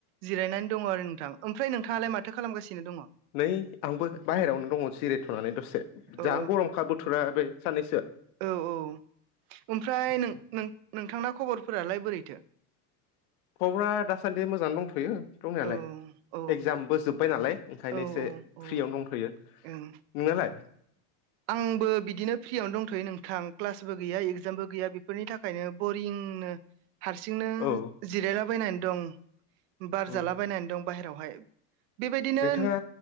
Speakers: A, on the right; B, on the left.
A: जिरायनानै दङ आरो नोंथां ओमफ्राय नोंथाङालाय माथो खालामगासिनो दङ?
B: नै आंबो बाहेरायावनो दङ जिरायथ'नानै दसे
A: औ
B: जा गरमखा बोथोरा बे सानैैसो
A: औ औ ओमफ्राय नों नोंथांना खबरफोरालाय बोरैथो
B: खबरा दासान्दि मोजाङानो दंथ'यो दंनायालाय
A: औ औ
B: एगजामबो जोब्बाय नालाय ओंखायनो
A: औ
B: एसे
A: औ
B: फ्रियावनो दंथ'यो नोंनालाय
A: ओं आंबो बिदिनो फ्रियावनो दंथ'यो नोंथां क्लास बो गैया इजामबो गैया बेफोरनि थाखायनो बरिंनो हारसिंनो
B: औ
A: जिरायलाबायनानै दं बार
B: औ
A: जालाबायनानै दं बाहेरायावहाय बेबायदिनो
B: नोंथाङा